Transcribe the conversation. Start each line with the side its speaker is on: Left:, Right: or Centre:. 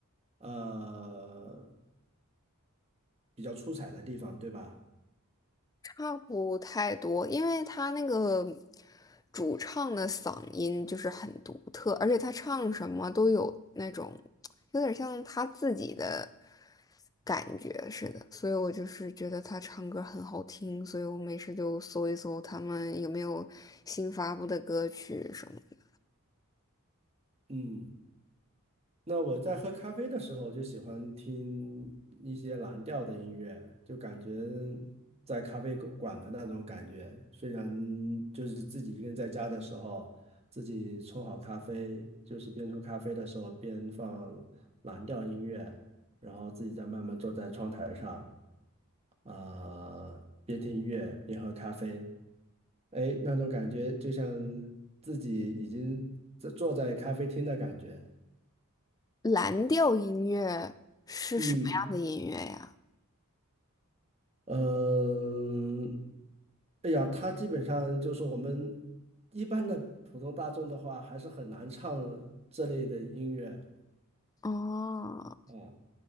Right: 呃比较出彩的地方，对吧？
Left: 差不太多，因为他那个主唱的嗓音就是很独特，而且他唱什么都有那种有点像他自己的感觉似的，所以我就是觉得他唱歌很好听，所以我没事就搜一搜他们有没有新发布的歌曲什么的。
Right: 嗯，那我在喝咖啡的时候就喜欢听一些蓝调的音乐，就感觉在咖啡馆馆的那种感觉。虽然就是自己一个人在家的时候，自己冲好咖啡，就是边冲咖啡的时候边放蓝调音乐，然后自己再慢慢坐在窗台上。啊、边听音乐边喝咖啡，哎，那种感觉就像自己已经在坐在咖啡厅的感觉。
Left: 蓝调音乐是什么样的音乐呀？
Right: 嗯，嗯，哎呀，他基本上就是我们一般的普通大众的话，还是很难唱这类的音乐。
Left: 哦
Right: 啊。